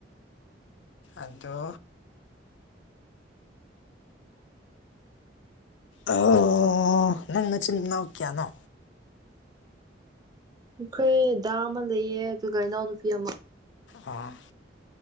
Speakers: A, on the left; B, on the right.
A: ꯑꯗꯣ
B: <unintelligible>
A: ꯑꯣ ꯅꯪ ꯆꯤꯟ ꯅꯣꯀꯌꯥꯅꯣ
B: ꯑꯩꯈꯣꯏ ꯗꯥ ꯑꯃ ꯂꯩꯌꯦ ꯑꯗꯨꯒ ꯏꯅꯥꯎꯅꯨꯄꯤ ꯑꯃ
A: ꯑꯣ